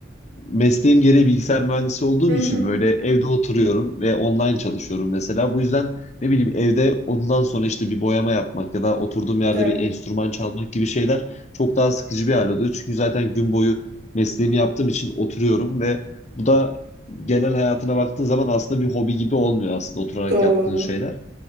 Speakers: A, on the left; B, on the right.
A: mesleğim gereği bilgisayar mühendisi olduğum
B: Hı hı.
A: için böyle evde oturuyorum ve online çalışıyorum mesela. Bu yüzden ne bileyim evde ondan sonra işte bir boyama yapmak ya da oturduğum yerde
B: Evet.
A: bir enstrüman çalmak gibi şeyler çok daha sıkıcı bir hal oluyor. Çünkü zaten gün boyu mesleğimi yaptığım için oturuyorum ve bu da genel hayatına baktığın zaman aslında bir hobi gibi olmuyor aslında oturarak
B: Doğru.
A: yaptığın şeyler.